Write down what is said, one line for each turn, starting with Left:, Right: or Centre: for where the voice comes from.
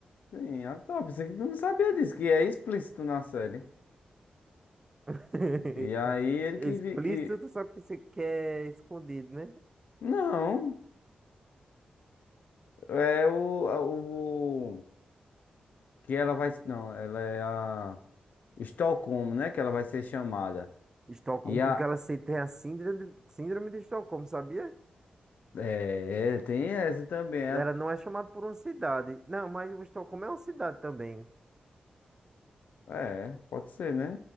Left: Sim, ah, tá. Pensei que tu não sabia disso, que é explícito na série.
Right: <laughs>
Left: E aí ele
Right: Explícito,
Left: que... vi- que...
Right: tu sabe que você quer escondido, né?
Left: Não, é o, a- o... o- Que ela vai... Não, ela é a... Estocolmo, né? Que ela vai ser chamada.
Right: Estocolmo,
Left: E a,
Right: porque ela se- tem a síndrome, síndrome de Estocolmo, sabia?
Left: É, tem essa também. É,
Right: Ela não é chamada por uma cidade. Não, mas o Estocolmo é uma cidade também.
Left: é, pode ser, né?